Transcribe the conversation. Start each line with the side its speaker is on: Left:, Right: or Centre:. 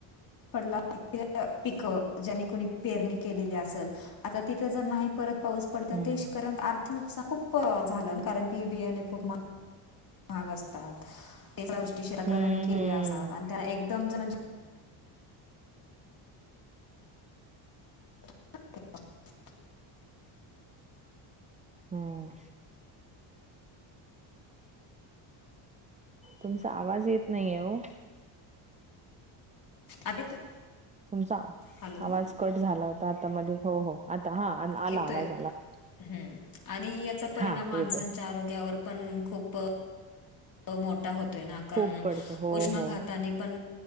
Left: पडला इथ पीक ज्याने कुणी पेरणी केलेली असेल आता तिथं जर नाही परत पाऊस पडत
Right: हं.
Left: तेऱ आर्थिक नुकसान खू झालं कारण बी बियाणे खूप महाग महाग असतात् ते सगळ्या गोष्टी सहकार्य
Right: हं,
Left: णे केल्या
Right: हं.
Left: असतात. आणी ते एकदम जर म्हणजे ह <unintelligible>
Right: हो. तुमचा आवाज येत नाही ओ.
Left: आता येतोय.
Right: तुमचा
Left: हॅलो
Right: आवाज कट झाला होता आता मध्ये हो हो आता हा आला
Left: येतोय
Right: आवाज आला.
Left: ह आणि याचा परिणाम
Right: हां,
Left: माणसांच्या
Right: येतोय.
Left: आरोग्यावर पण खूप तो मोठा होतोय ना कारण
Right: खूप पडतो. हो,
Left: उष्मा
Right: हो.
Left: घातानी पण